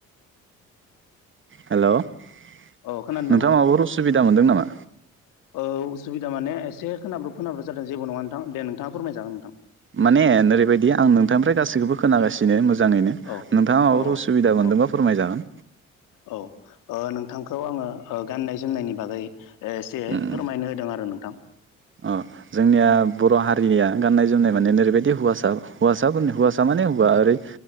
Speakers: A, on the right; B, on the left.
A: हेलौ नोंथाङा
B: औ खोनादों
A: माबाफोर उसुबिदा मोनदों नामा?
B: ओ असुबिदा माने एसे खोनाब्रब- खोनाब्रब जादों जेबो नङा नोंथां दे नोंथाङा फोरमायजागोन नोंथां।
A: माने ओरैबायदि आं नोंथांनिफ्राय गासैखौबो खोनागासिनो मोज मोजाङैनो
B: औ
A: नोंथाङा माबाफोर
B: औ
A: उसुबिदा मोनदोंबा
B: औ
A: फोरमायजागोन।
B: औ ओ नोंथांखौ आङो ओ गाननाय जोमनायनि बागै एसे
A: उम
B: फोरमायनो होदों आरो नोंथां।
A: अ जोंनिया बर' हारिनिया गाननाय जोमनाय माने ओरैबायदि हौवासा -हौसाफोरनि -हौवासा माने माने हबा ओरै